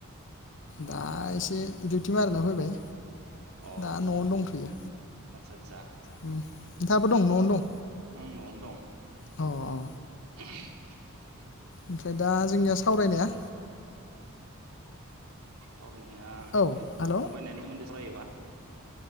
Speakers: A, on the right; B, on the left.
A: न'आवनो
B: दा
A: दं दे
B: एसे दिडउटि मारिना फैबाय
A: अ
B: दा न'आवनो दंथ'यो
A: आदसा आदसा
B: नोंथाङाबो
A: ओम
B: दं न'आवनो दं
A: आं नआव दं
B: औ औ
A: <inaudible>
B: ओमफ्राय दा जोंनिया
A: दं
B: सावरायनाया
A: सावरायनाया
B: औ
A: बे दंफां
B: हेल'
A: गायनायनि सोमोन्दै सावरायोबा।